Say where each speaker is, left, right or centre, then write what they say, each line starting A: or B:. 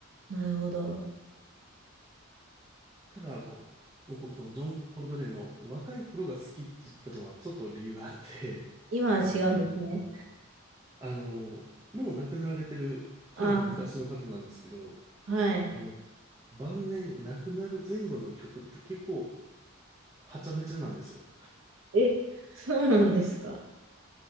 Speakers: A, on the right; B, on the right.
A: あ、なるほど。
B: ただあの、僕このジョン・コルトレーンの若い頃が好きって言ったのはちょっと理由があって、
A: 今は違うんですね。
B: <laughs> あの、もう亡くなられてるかなり昔の方なんですけど、
A: ああ、はい。
B: あの、晩年亡くなる前後の曲って結構はちゃめちゃなんですよ。
A: え、そうなんですか。